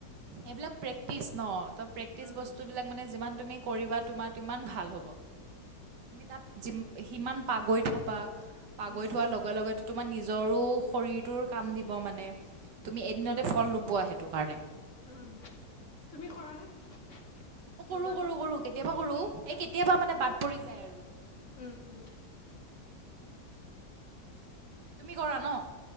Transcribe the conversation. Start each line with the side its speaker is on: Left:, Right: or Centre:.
Right: এইবিলাক প্ৰেক্টিচ ন। ত' প্ৰেকটিচ
Left: উম
Right: বস্তুবিলাক মানে যিমান তুমি কৰিবা তোমাৰ তিমান ভাল হ'ব, তুমি তাত যিমা-সিমান পাগৈত হ'বা। পাগৈত
Left: উম
Right: হোৱাৰ লগে, লগে তোমাৰ নিজৰো শৰীৰটোৰ কাম দিব মানে, তুমি দিনতে ফল নোপোৱা সেইটো কাৰনে।
Left: উম, তুমি কৰানে
Right: মই কৰো
Left: যোগাসন?
Right: কৰো কৰো কেতিয়াবা কৰো এই কেতিয়াবা
Left: উম
Right: মানে বাদ পৰি যায় আৰু।
Left: উম উম
Right: তুমি কৰা ন?